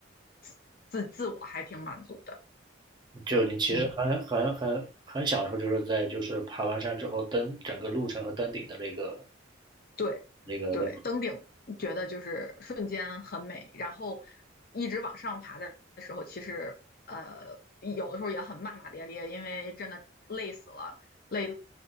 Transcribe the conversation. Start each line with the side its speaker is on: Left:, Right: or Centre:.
Left: 自自自我还挺满足的。
Right: 就你其实很很很很享受，
Left: 嗯。
Right: 就是在就是爬完山之后登整个路程和登顶的那个
Left: 对对，
Right: 那个那个
Left: 登顶觉得就是瞬间很美，然后一直往上爬的时候，其实呃有的时候也很骂骂咧咧，因为真的累死了，累